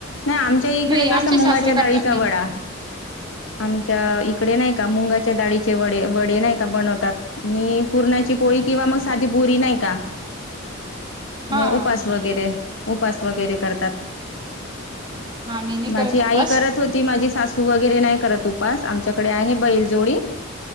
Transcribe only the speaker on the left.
नाही आमच्या इकडे
कसं
मुंगाच्या
डाळीचा
वडा आमच्या इकडे नाही का, मुंगाच्या डाळी चे वडे, व वडे नाही का बनवतात, मी पूर्णाची पोळी किंवा मग साधी बोरी नाही का,
नाही
उपास
वगैरे उपास वगैरे करतात,
माझी
आई
करत होती, माझी सासू वगैरे नाही करत उपवास, आमच्याकडे आहे बैलजोडी.